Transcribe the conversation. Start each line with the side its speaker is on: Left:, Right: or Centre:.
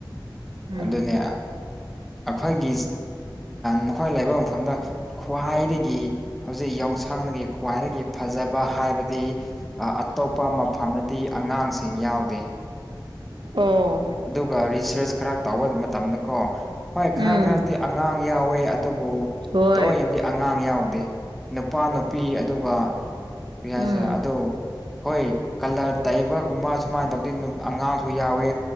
Right: ꯎꯝ
Centre: ꯑꯗꯨꯅꯦ ꯑꯩꯈꯣꯏꯒꯤ ꯅꯈꯣꯏ ꯂꯩꯐꯝ ꯁꯝꯗ ꯈ꯭ꯋꯥꯏꯗꯒꯤ ꯍꯧꯖꯤꯛ ꯌꯎꯁꯪꯅꯒꯤ ꯈ꯭ꯋꯥꯏꯗꯒꯤ ꯐꯖꯕ ꯍꯥꯏꯕꯗꯤ ꯑꯇꯣꯞꯄ ꯃꯐꯝꯗꯤ ꯑꯉꯥꯡꯁꯤꯡ ꯌꯥꯎꯗꯦ
Right: ꯑꯣ
Centre: ꯑꯗꯨꯒ ꯔꯤꯁꯔꯁ ꯈꯔ ꯇꯧꯕ ꯃꯇꯝꯗꯀꯣ ꯍꯣꯏ
Right: ꯎꯝ
Centre: ꯈꯔ ꯈꯔꯗꯤ ꯑꯉꯥꯡ ꯌꯥꯎꯋꯦ ꯑꯗꯨ ꯕꯨ
Right: ꯍꯣꯏ
Centre: ꯇꯧꯔꯗꯤ ꯑꯉꯥꯡ ꯌꯥꯎꯋꯦ ꯅꯨꯄꯥ ꯅꯨꯄꯤ ꯑꯗꯨꯒ ꯀꯩ ꯍꯥꯏꯁꯦ
Right: ꯎꯝ
Centre: ꯑꯗꯨ ꯍꯣꯏ ꯀꯂꯔ ꯇꯩꯕꯒꯨꯝꯕ ꯁꯨꯃꯥꯏꯅ ꯇꯧꯗꯤ ꯑꯉꯥꯡꯁꯨ ꯌꯥꯎꯋꯦ